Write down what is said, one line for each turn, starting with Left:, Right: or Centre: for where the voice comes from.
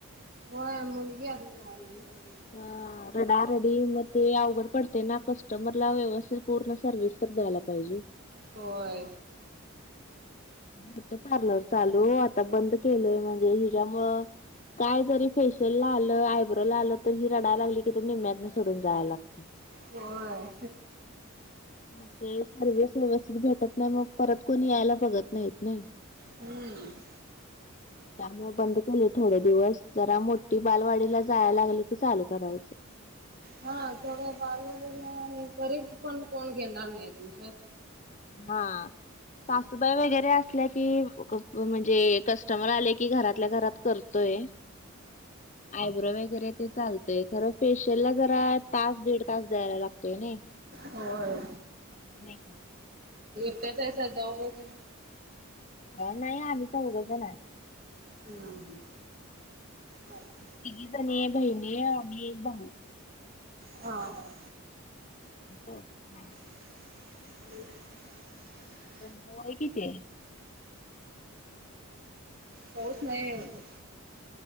Right: व्हयं मुलंगी अजून लहान आहं ना.
Left: हं रडारडी म ते अवघड पडतंय नां कस्टमर लां व्यवस्थित पूर्ण सर्व्हिस, तर द्यांयला पाहिजे.
Right: होय
Left: कुठं पार्लर चालूं आंता बंद केलंय म्हणजे हिच्यामुळं, कायं जरी फेशियल लां आलं आयब्रो लां आलं तरी रडयांला लागली की ते निम्म्यातने सोडूंन जायंला लाग <unintelligible>
Right: होय.
Left: मंग ते सर्विस व्यवस्थित भेटतं नाहीं मंग परंत कोणी यांयला बघत, नाहीत नाही.
Right: हम्मं
Left: <unintelligible> त्यामुळे बंद केलंय थोडे दिवसं जरां मोठी बालवाडीला जायंला लागली की चालूं करायचं. <unintelligible>
Right: हां थोडं बालवाडीलां आणि तरी पणं कोणं घेणारं नाहीं तुमच्यांत?
Left: हां सासूंबाई वगैरें असल्यां कि कसं म्हणजे कस्टमर आल्या की, कि घरातल्यां घरांत करतोय. आयब्रो वगैरें ते चालतंय खरं फेशियल लां जरां तासं दीड तासं जायला लागतोय ने.
Right: होय.
Left: नाही का?
Right: कसं हाईसा जाऊ बाई तेण?
Left: काय नाहीं आम्हीं चौघ जणं आहं.
Right: हम्म हम्म. नाही.
Left: तिघी जणी बहिणी, आणि एक भाऊ.
Right: हां हां
Left: <unintelligible>
Right: <unintelligible>
Left: म वय किती आहं?
Right: पाऊसं नाहीं आहे इथं.